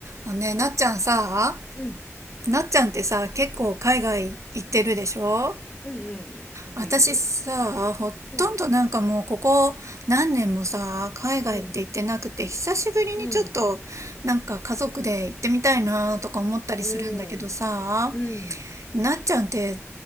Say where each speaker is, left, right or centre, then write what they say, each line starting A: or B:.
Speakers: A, on the right; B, on the left.
A: あね、なっちゃんさ、
B: うん。
A: なっちゃんってさ、結構海外行ってるでしょ
B: うんうん。い行く行く。
A: 私さ、ほとんどなんかもうここ何年もさ、
B: うん。
A: 海外って行ってなくて、
B: うん。
A: 久しぶりにちょっとなんか家族で行ってみたいなとか思ったりするんだけどさ、
B: うん。おー。うん。
A: なっちゃんって